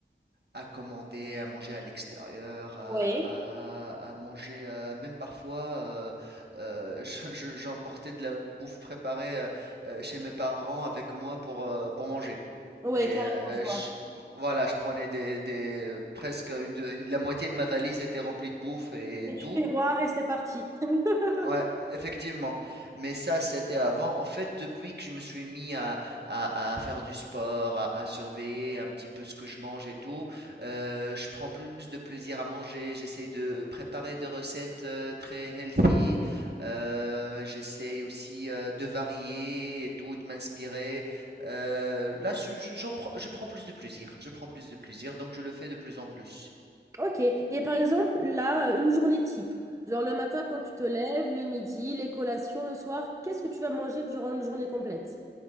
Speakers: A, on the right; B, on the right.
A: à commander, à manger à l'extérieur, à,
B: Oui.
A: à- à manger, euh, même parfois, euh, euh, <laughs> je- je- j'emportais de la bouffe préparée euh, euh, chez mes parents avec moi pour, euh, pour manger.
B: Oui,
A: Et
B: carrément,
A: euh,
B: je vois.
A: je- voilà, je prenais des, des- presque une, de- une- la moitié de ma valise était remplie de bouffe et
B: Je
A: tout.
B: fais roi et c'est parti. <laughs>
A: Ouais, effectivement. Mais ça, c'était avant. En fait, depuis que je me suis mis à, à- à faire du sport, à, à surveiller un petit peu ce que je mange et tout, euh, je prends plus de plaisir à manger. J'essaye de préparer des recettes euh, très healthy. Euh, j'essaye aussi euh, de varier et tout, de m'inspirer. Euh, là, ce- j'en prends- je prends plus de plaisir. Je prends plus de plaisir, donc je le fais de plus en plus.
B: Ok. Et par exemple, là, une journée type. Genre le matin quand tu te lèves, le midi, les collations, le soir, qu'est-ce que tu vas manger durant une journée complète?